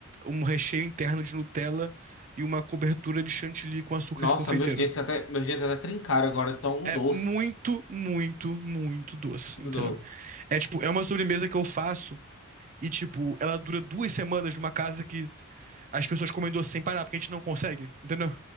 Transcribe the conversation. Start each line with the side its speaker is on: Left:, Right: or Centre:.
Right: um recheio interno de Nutella e uma cobertura de chantilly com açúcar
Left: Nossa,
Right: de confeiteiro.
Left: meus dentes até, meus dentes até trincaram agora, tão um
Right: É
Left: doce.
Right: muito, muito, muito doce,
Left: Muito
Right: entendeu?
Left: doce.
Right: É tipo, é uma sobremesa que eu faço E, tipo, ela dura duas semanas numa casa que as pessoas comem doce sem parar, porque a gente não consegue, entendeu?